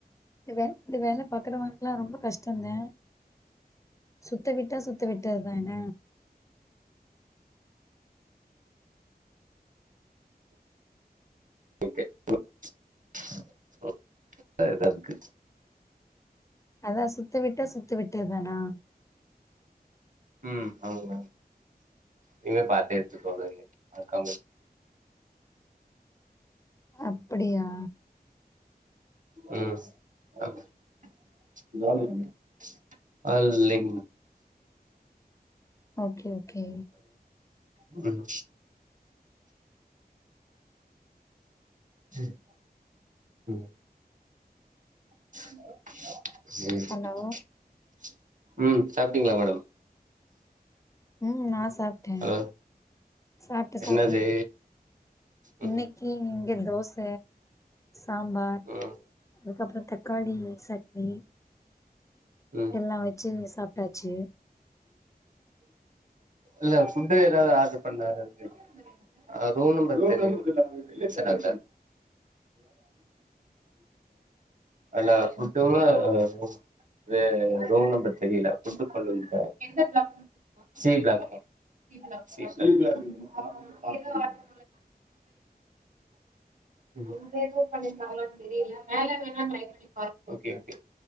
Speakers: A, on the left; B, on the right.
A: இத இந்த வேல பாக்குறவங்கலுக்கெல்லா ரொம்ப கஷ்டோ இல்ல சுத்த விட் டா சுத்த விட்டாதான
B: <unintelligible> டயர்டா இருக்கு
A: அதா சுத் சுத்தவிட்டா சுத்த விட்டதானா
B: ம் ஆமாங்க் மேம் நீங்ளே பாத்து எடுத்துக்கோங்க அக்கா
A: அப்படியா
B: ம் <unintelligible> அவரு இல்லிங்கனா
A: ஓகே ஓகே
B: ம் ம் ம் <unintelligible>
A: ஹலோ
B: ம் <inaudible> ம் சாப்பிட்டீங்ளா மேடம்
A: ம் நா ச் சாப்ட்டே
B: ஹலோ
A: சாப்ட்ட சாப்ட்ட
B: என்னது ம்
A: இன்னைக்கி இங்க தோச சாம்பார்
B: ம்
A: அதுக்கப்றோ தக்காளி சட்னி
B: ம்
A: எல்லா வச்சி சாப்ட்டாச்சி
B: இல்ல புட் எதாவத் ஆர்டர் பண்ணாரா கேட்ட அது ஒன்னு பிரச்சன இல்ல <unintelligible> <unintelligible> து ரூம் நம்பர் தெரியில புட் கொண்டு வந்துருக்கே எந்த பிளாக் சீ பிளாக்ங்க சீ பிளாக்கா சீ பிளாக் <unintelligible> தெரியில மேல வேனா ட்ரை பண்ணி பாருங்க ஓகே ஓகே